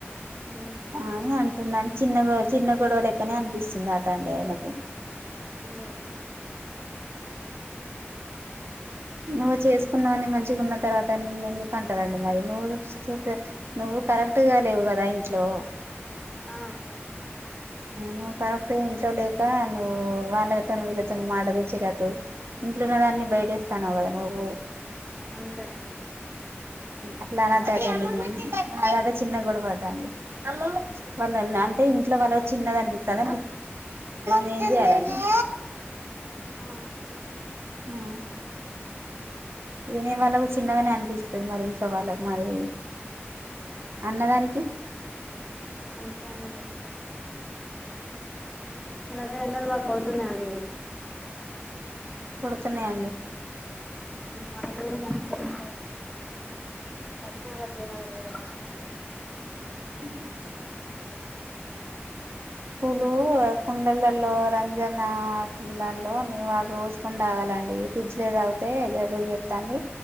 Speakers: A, in the centre; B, on the right.
A: ఉమ్
B: అని అనిపిందని చిన్న గొ చిన్న గొడవ లెక్కనే అనిపిస్తుంది అట అండి ఆయనకు
A: అయ్యో
B: నువ్వు చేసుకున్నావువని మంచిగా ఉన్న తర్వాత నేన్న ఎందుకు పంటదండి మరి నువ్వు నువ్వు కరెక్ట్గా లేవు కదా ఇంట్లో
A: ఆ
B: నువ్వు కరెక్ట్ ఇంట్లో లేక నువ్వు వాళ్ళతోను విళతను <unintelligible> ఇంట్లోన్న దాన్ని బయటేస్తాన్నావు కదా నువ్వు
A: అంతే
B: అట్లా ఆనదండి అధే ఎధో చిన్న గొడావా అ వాళ్ళ అంటే ఇంట్లో వాళ్ళ చిన్నదనిపిస్తుద నీ <unintelligible>
A: ఆ
B: ఆ నేనే వాళ్ళకు చిన్నగానే అనిపిస్తుంది మరి ఇంట్లో వాళ్ళకు మరి అన్నదానికి
A: ఆంథే అండి ఇగ్గర ఎండల బాగా కొడుతునే అండి
B: కొడుతున్న అండి
A: <unintelligible> మంది కట్టుకున్నారట్లేదండీ
B: ఉ పూలు కుండలల్లో రంజన కులల్లో నీ వాళు రోజుకుడా ఆగాలి ఫ్రిడ్జ్ లో ఏద అతేలు ఎస్తండి